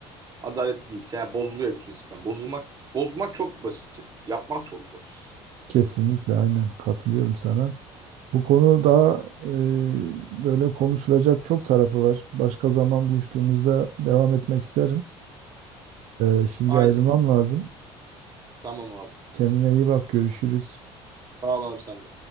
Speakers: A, on the right; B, on the right.
A: adaletli değilse yani bozuluyor bütün sistem. Bozulmak bozmak çok basit. Yapmak çok zor.
B: Kesinlikle aynen katılıyorum sana. Bu konuda e, böyle konuşulacak çok tarafı var. Başka zaman buluştuğumuzda devam etmek isterim. E, şimdi
A: Aynen.
B: ayrılmam lazım.
A: Tamam abi.
B: Kendine iyi bak, görüşürüz.
A: Sağ ol abi sen de.